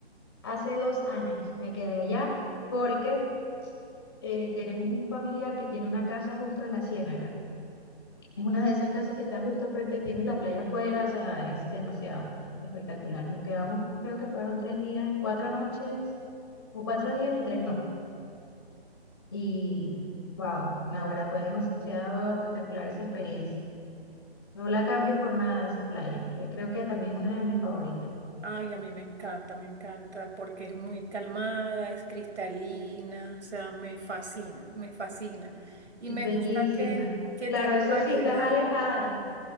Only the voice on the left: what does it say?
hace dos años, me quedé allá porque eh, tenemos un familiar que tiene una casa justo en la Ciénaga. Es una de esas casas que está justo frente, tienes la playa afuera, o sea, es demasiado espectacular. Nos quedamos, creo que fueron tres días, cuatro noches, o cuatro días y tres noches. Y wow, Naguará fue demasiado espectacular esa experiencia. No la cambio por nada de esa playa. Es creo que también una de mis
favoritas.
Es
bellísima.
Claro,
eso
sí, estás alejada.